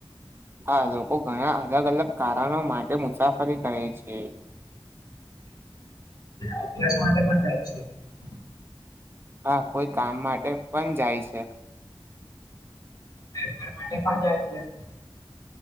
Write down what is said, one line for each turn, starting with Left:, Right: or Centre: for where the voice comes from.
Right: હા લોકો ઘણા અલગ-અલગ કારણો માટે મુસાફરી કરે છે.
Left: અભ્યાસ માટે પણ થાય છે. <unintelligible>
Right: હા કોઈ કામ માટે પણ જાય છે.
Left: વેપાર માટે પણ જાય છે. <unintelligible>